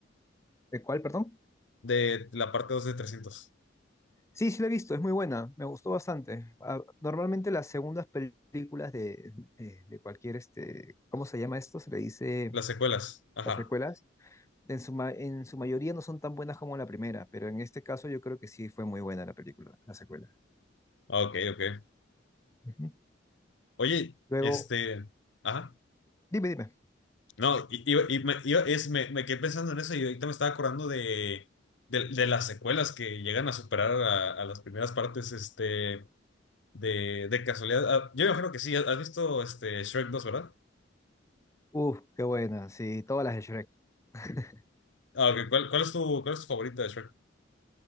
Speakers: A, on the left (about 15°); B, on the left (about 70°).
A: ¿De cuál, perdón?
B: De la parte dos de trescientos
A: Sí, sí la he visto, es muy buena, me gustó bastante. Ah, normalmente las segundas películas de, de, de cualquier, este, ¿cómo se llama esto? Se le dice
B: las secuelas. Ajá.
A: las secuelas. En su, ma- en su mayoría no son tan buenas como la primera, pero en este caso yo creo que sí fue muy buena la película, la secuela.
B: Ah, Ok, ok.
A: Ujú.
B: Oye,
A: Luego,
B: este, ajá.
A: dime, dime.
B: No, y, y- y me, yo es, me, me quedé pensando en eso y ahorita me estaba acordando de, de, de las secuelas que llegan a superar a, a las primeras partes, este... De, de casualidad, ah, yo imagino que sí, has has visto este Shrek dos ¿verdad?
A: Uf, qué buena, sí, todas las de Shrek. <laughs>
B: Ah, ok, ¿Cuál, cuál es tu, cuál es tu favorita de Shrek?